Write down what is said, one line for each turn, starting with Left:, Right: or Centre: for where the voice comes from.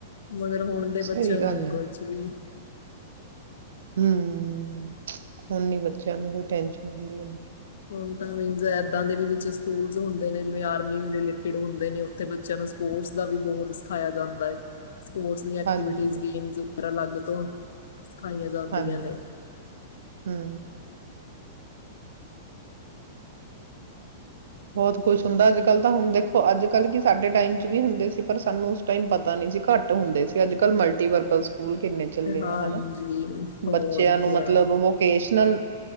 Left: ਮਗਰ ਹੁਣ ਦੇ
Right: ਸਹੀ
Left: ਬੱਚਿਆਂ
Right: ਗੱਲ
Left: ਨੂੰ ਨੀ
Right: ਹੈ
Left: ਕੋਈ ਕੁਛ ਵੀ।
Right: ਹੂੰ, ਹੁਣ ਬੱਚਿਆਂ ਨੂੰ ਕੋਈ ਟੈਨਸ਼ਨ ਹੁੰਦੀ ਏਨੀ।
Left: ਹੁਣ ਤੇ ਮੀਨਸ ਏਦਾਂ ਦੇ ਸਕੂਲ ਹੁੰਦੇ ਨੇ, ਜਿਵੇ ਆਰਮੀ ਰੀਲੇਟਡ ਹੁੰਦੇ ਨੇ ਉਥੇ ਬੱਚਿਆਂ ਨੂੰ ਸਪੋਰਟਸ ਦਾ ਵੀ ਬਹੁਤ ਸਿਖਾਇਆ ਜਾਂਦਾ ਹੈ। ਸਪੋਰਟਸ ਦੀ ਐਕਟੀਵਿਟੀਜ਼,
Right: ਹਾਂਜੀ
Left: ਗੇਮਸ ਅਲੱਗ ਤੋਂ ਸਿਖਾਈਆਂ ਜਾਂਦੀਆਂ
Right: ਹਾਂਜੀ,
Left: ਨੇ
Right: ਹੂੰ। ਬਹੁਤ ਕੁੱਛ ਹੁੰਦਾ ਅੱਜ-ਕੱਲ੍ਹ ਤਾਂ। ਹੁਣ ਦੇਖੋ ਅੱਜ-ਕੱਲ੍ਹ ਕੀ ਸਾਡੇ ਟਾਈਮ ਚ ਵੀ ਹੁੰਦੇ ਸੀ ਪਰ ਸਾਨੂੰ ਉਸ ਟਾਈਮ ਪਤਾ ਨੀ ਸੀ ਘੱਟ ਹੁੰਦੇ ਸੀ, ਅੱਜ ਕੱਲ੍ਹ ਮਲਟੀਪਰਪਜ਼ ਸਕੂਲ ਕਿੰਨੇ ਚੱਲੇ
Left: ਹਾਂਜੀ
Right: ਆ, ਹਨਾ
Left: ਹੋਰ
Right: ਬੱਚਿਆਂ ਨੂੰ
Left: ਕਿਆ
Right: ਮਤਲਬ, ਵੋਕੇਸ਼ਨਲ